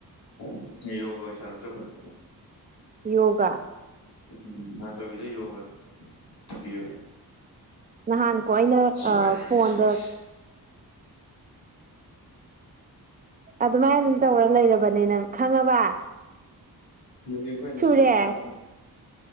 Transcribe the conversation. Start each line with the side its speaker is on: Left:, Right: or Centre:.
Left: 'unintelligible' ꯑꯣꯏꯅ ꯁꯥꯟꯅꯧ ꯑꯗꯨꯏ ꯁꯔꯨꯛꯄꯨꯗꯤ
Right: ꯌꯣꯒꯥ
Left: ꯎꯝ ꯉꯥꯟꯊꯣꯏꯕꯤꯗ ꯌꯣꯒ ꯊꯝꯕꯤꯌꯣꯌꯣ
Right: ꯅꯍꯥꯟ ꯀꯣ ꯑꯩꯅ
Left: ꯁꯣꯏꯔꯦ
Right: ꯐꯣꯟꯗ
Left: ꯁꯣꯏꯔꯦ
Right: ꯑꯗꯨꯃꯥꯏ ꯑꯗꯨꯝ ꯇꯧꯔ ꯂꯩꯔꯕꯅꯦ ꯅꯪ ꯈꯪꯉꯕ
Left: ꯌꯦꯡꯕꯤꯌꯨ ꯀꯥꯏꯗꯦ
Right: ꯁꯨꯔꯦ
Left: ꯁꯤꯁꯨ ꯃꯆꯥ ꯑꯝꯇꯪ